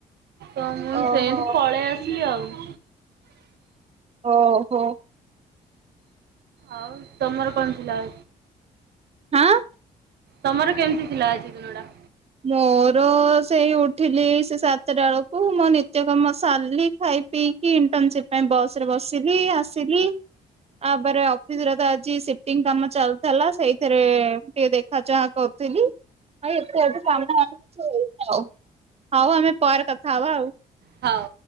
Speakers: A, on the right; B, on the right.
A: ତ ମୁଁ
B: ଓହୋ
A: ସେମତି ପଳେଇ ଆସିଲି ଆଉ।
B: ଓହୋ।
A: ଆଉ ତମର କଣ ଥିଲା?
B: ହଁ।
A: ତମର କେମିତି ଥିଲା ଆଜି ଦିନଟା?
B: ମୋର ସେଇ ଉଠିଲି ସେ ସାତଟା ବେଳକୁ, ମୋର ନିତ୍ୟ କାମ ସାରିଲି ଖାଇ ପିଇ କି ଇଣ୍ଟର୍ନସିପ୍ ପାଇଁ ବସ୍ ରେ ବସିଲି ଆସିଲି। ଆପରେ ଅଫିସ୍ ରେ ତ ଆଜି ସିଫ୍ଟିଙ୍ଗ କାମ ଚାଲଥିଲା, ସେଇଥିରେ ଟିକେ ଦେ ଦେଖା ଚାହାଁ କରୁଥିଲି। ଆଉ ଏତେଡ <unintelligible> ହୋଉ ଆମେ ପରେ କଥା ହବା ଆଉ।
A: ହଉ।